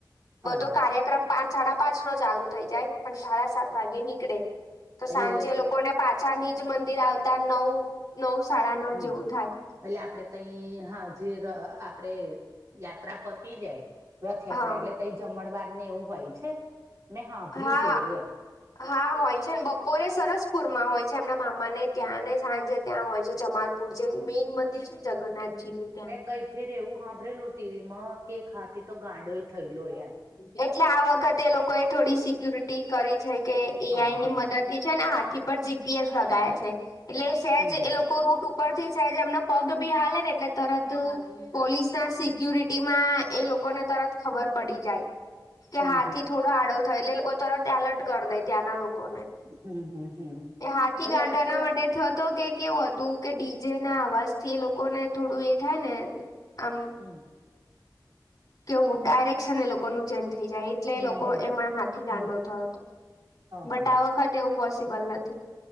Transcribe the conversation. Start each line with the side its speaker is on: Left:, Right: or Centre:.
Right: હા
Left: બધો કાર્યક્રમ પાંચ સાડા પાંચ નો ચાલુ થઈ જાય પણ સાડા સાત વાગે નીકળે તો
Right: એટલે
Left: સાંજે લોકો. કોને પાછાની જ મંદિર આવતા નવ નવ સાડા નવ
Right: હમ
Left: જેવું થાય.
Right: એટલે આપડે તઈ હા જે આપડે યાત્રા પતી જાય. રથયાત્રા
Left: હા
Right: એટલે ત જમણવાર ને એવું હોય છે મેં સાાભર્યું
Left: હા
Right: છે એવું એમ.
Left: હા હોય છેને બપોરે સરસપુરમાં હોય છે એમના મામાને ત્યાં ને સાંજે ત્યાં હોય છે જમાલપુર. પુર જે મેઈન મંદિર છે જગન્નાથજી નું ત્યાં.
Right: મેં ગઈ ફેર એવું સાંભરેલું ટીવી માં કે ખાતી તો ગાંડોય થયેલો એમ
Left: એટલે આ વખતે એ લોકો એ થોડી સિક્યુરિટી કરી છે કે એઆઈ
Right: હ
Left: ની
Right: હ
Left: મદદ થી છે ને હાથી પર જીપીએસ લગા છે એટલે સજ
Right: હમ હમ
Left: એ લોકો રૂટ ઉપ રથી છેજ એમનો પગ ભી હાલે ને એટલે તરત પોલીસ ના સિક્યુરિટીમાં એ લોકોને તરત ખબર પડી જાય કે
Right: હમ
Left: હાથી
Right: હમ
Left: થોડું ો આડો થયો એટલે લોકો તરત એલર્ટ કરી દે ત્યાંના લોકો ને.
Right: હમ હમ હમ
Left: એ હાથી
Right: એટલે
Left: ગાંડાવાના
Right: આ કેવું
Left: માટે થત તો કે કેવું હતું કે ડીજે ના અવાજ થી એ લોકો ને થોડું એ થાય ને. આમ.
Right: હમ
Left: કેવું ડાયરેક્શન એ લોક કોનું ચેન થઈ જાય એટલે
Right: હમ
Left: લોકો
Right: હમ
Left: એમાં હાથી
Right: હમ
Left: ગાંડો થયો હતો
Right: હ
Left: બટ
Right: હ
Left: આ વ ખતે એવું પોસિબલ નથી.